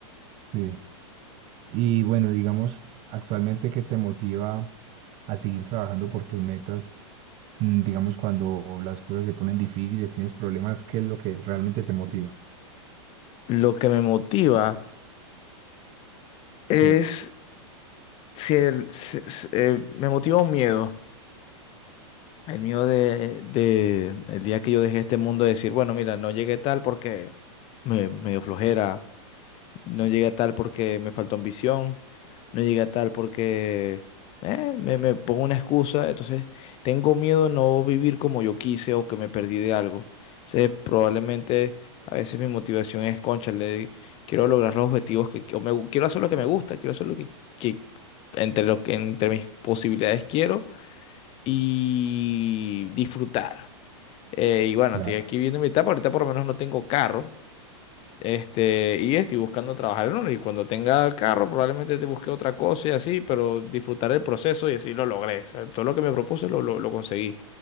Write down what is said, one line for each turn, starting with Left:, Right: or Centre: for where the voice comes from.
Right: Sí. Y bueno, digamos, actualmente, ¿qué te motiva a seguir trabajando por tus metas? mm, digamos, cuando las cosas se ponen difíciles, tienes problemas, ¿qué es lo que realmente te motiva?
Left: Lo que me motiva es
Right: Sí,
Left: Sí, el- se- se- eh, me motiva un miedo, el miedo de, de el día que yo dejé este mundo de decir, bueno, mira, no llegué tal porque me, me dio flojera, no llegué a tal porque me faltó ambición. No llegué a tal porque eh, me, me pongo una excusa. Entonces, tengo miedo de no vivir como yo quise o que me perdí de algo. Entonces, probablemente a veces mi motivación es, cónchale, quiero lograr los objetivos que o me, gu- quiero hacer lo que me gusta, quiero hacer lo que, que entre lo que entre mis posibilidades quiero y disfrutar. Eh, y bueno,
Right: Claro,
Left: estoy aquí viendo mi etapa. Ahorita por lo menos no tengo carro. Este, y estoy buscando trabajar en uno. Y cuando tenga carro, probablemente te busque otra cosa y así, pero disfrutar el proceso y así lo logré. O sea, todo lo que me propuse lo, lo, lo conseguí